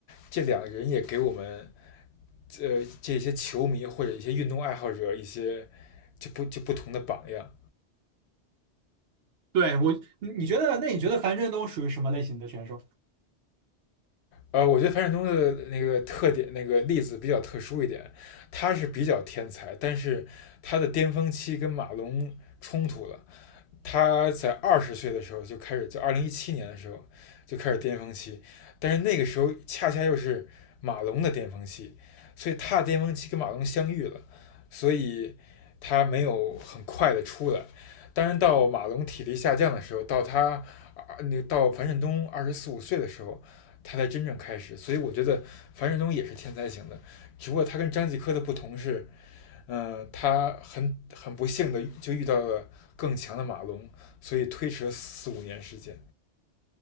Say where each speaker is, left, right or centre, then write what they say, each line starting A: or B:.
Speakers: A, on the left; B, on the right.
A: 这两个人也给我们呃这些球迷或者一些运动爱好者一些就不就不同的榜样。
B: 对，我，你你觉得，那你觉得樊振东属于什么类型的选手？
A: 呃，我觉得樊振东的那个特点那个例子比较特殊一点，他是比较天才，但是他的巅峰期跟马龙冲突了，他在二十岁的时候就开始，就二零一七年的时候就开始巅峰期，但是那个时候恰恰又是马龙的巅峰期，所以他的巅峰期跟马龙相遇了，所以他没有很快的出来。当然，到马龙体力下降的时候，到他啊，那到樊振东二十四五岁的时候，他才真正开始。所以我觉得樊振东也是天才型的，只不过他跟张继科的不同是，嗯、呃他很很不幸的就遇到了更强的马龙，所以推迟了四五年时间。